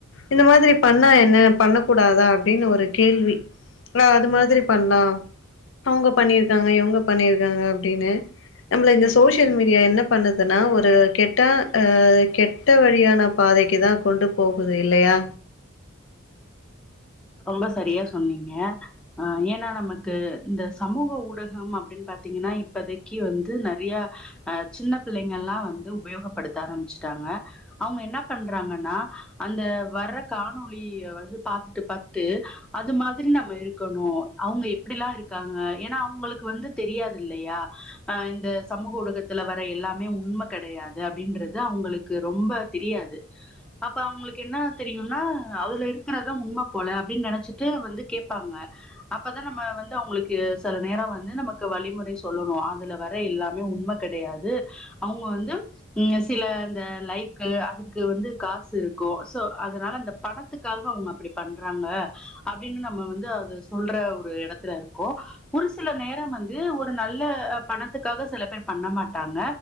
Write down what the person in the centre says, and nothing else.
ரொம்ப சரியா சொன்னீங்க அ ஏன்னா நமக்கு இந்த சமூக ஊடகம் அப்டின் பாத்தீங்கன்னா இப்பதைக்கு வந்து நறையா அ சின்ன பிள்ளைங்கள்ளா வந்து உபயோகப்படுத்த ஆரம்ச்சுட்டாங்க அவுங்க என்னா பண்றாங்கன்னா அந்த வர்ற காணொலிய வந்து பாத்துட்டு பாத்துட் ட்டு அது மாதிரி நம்ம இருக்கணூ அவுங்க எப்டிலா இருக்காங்க ஏன்னா அவுங்களுக்கு வந்து தெரியாதுதில்லையா அ இந்த சமூக ஊடகத்துல வர எல்லாமே உண்ம கெடையாது அப்டின்றது அவுங்களுக்கு கு ரொம்ப தெரியாது அப்ப அவுங்களுக்கு என்ன தெரியுன்னா அதுல இருக்கறது தா உண்மப் போல அப்டின் நெனச்சிட்டு வந்து கேப்பாங்க அப்பதா நம்ம வந்து அவுங்களுக்கு செல நேரொ வந்து நமக்கு வழிமுறை சொல்லணு அதுல வர எல்லாமே உண்ம கெடையாது அவுங்க வந்து இங்க சில அந்த லைக்கு அதுக்கு வந்து காசு இருக்கூ சோ அதனால அந்த பணத்துக் க்காக அவுங்க அப்டி பண்றாங்க அப்டின்னு நம்ம வந்து அது சொல்ற ஒரு எடத்துல இருக்கோ ஒரு சில நேரொ வந்து ஒரு நல்ல பணத்துக்காக சில பேர் பண்ண மாட்டாங்க